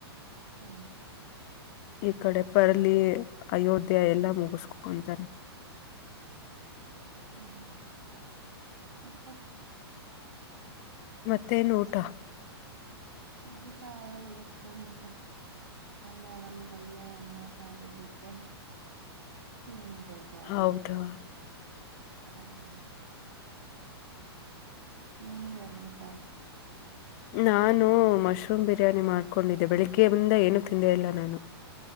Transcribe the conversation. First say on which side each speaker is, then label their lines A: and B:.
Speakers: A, on the right (about 85°); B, on the left (about 40°).
A: ಹಾ
B: ಈ ಕಡೆ ಪರ್ಲಿ ಅಯೋಧ್ಯ ಎಲ್ಲಾ ಮುಗಿಸಕಕೊಂತಾರೆ
A: ಹ್ಮ ಮತ್ತೆ
B: ಮತ್ತೆ ನೋಟ
A: ಊಟ ಇಐವತ್ತು ನಿಮ್ಷ ನ ಮಾಡ ಈ ಪಲ್ಲೆ ಅನ್ನ ಸಾರಿ ಇರುತ್ತೆ ತಿನ್ಬೇಕು ಹ
B: ಹೌದಾ
A: ಅದೇ ಹ್ಮ ನಿ್ದೆ ಅನ್ ಊಟ
B: ನಾನು ಮಶ್ರೂಮ್ ಬಿರಿಯಾನಿ ಮಾಡ್ಕೊಂಡಿದ್ದೆ ಬೆಳಿಗ್ಗೆ ಮುಂದ ಏನು ತಿಂದೆ ಇಲ್ಲ ನಾನು